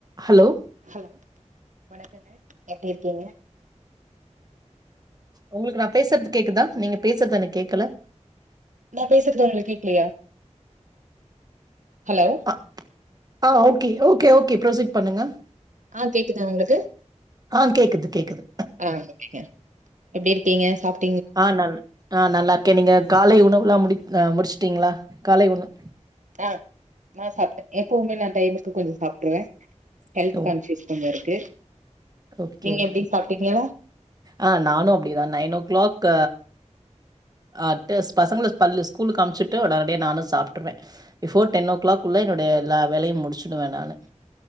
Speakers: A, on the right (about 30°); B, on the right (about 85°).
A: Hello
B: hello வணக்கங்க எப்டி இருக்கீங்க
A: உங்களுக்கு நா பேசுறது கேக்குதா நீங்க பேசுறது எனக் கேக்கல
B: நான் பேசுறது உங்களுக் கேக்கலையா ஹலோ
A: பா ஆ ஓகே ஓகே ஓகே ப்ரொசீட் பண்ணுங்க
B: ஆ கேக்குதா உங்ளுக்கு
A: ஆ கேக்குது கேக்குது
B: ஆ ஓகேங்க எப்டி இருக்கீங்க சாப்
A: ஆ நல் ஆ நல்லா இருக்கே நீங்க காலை உணவுலா முடிக் முடிச்சுட்டீங்ளா காலை உணவு
B: ஆ நா சாப்ட்ட எப்பவுமே நா டைமுக்கு கொஞ்சோ சாப்ட்டுருவே ஹெல்த்
A: ஓ
B: கான்சியஸ் கொஞ்ச இருக்கு
A: ஓகே
B: நீங்க
A: ஓகே
B: எப்டி சாப்ட்டீங்களா
A: ஆ நானு அப்டிதா நைன் ஓ கிளாக் அட்டுஸ் பசங்கள பல் ஸ்கூலுக்கு அமிச்சிட்டு உடனடியா நானு சாப்டுருவ பிஃபோர் டென் ஓ கிளாக்குள்ள என்னுடைய எல்லா வேலையு முடிச்சிடுவ நானு